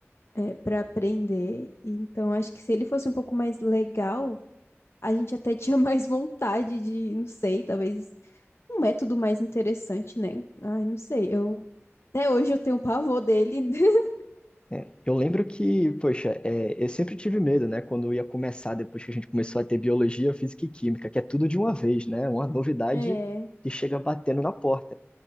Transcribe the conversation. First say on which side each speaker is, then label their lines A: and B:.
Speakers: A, on the left; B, on the left.
A: é, para aprender. Então, acho que se ele fosse um pouco mais legal, a gente até tinha <laughs> mais vontade de, não sei, talvez um método mais interessante, né? Ai, não sei. Eu até hoje eu tenho pavor dele. <laughs>
B: É, eu lembro que, poxa, é, eu sempre tive medo, né? Quando eu ia começar, depois que a gente começou a ter biologia, física e química, que é tudo de uma vez, né? Uma novidade
A: É.
B: que chega batendo na porta.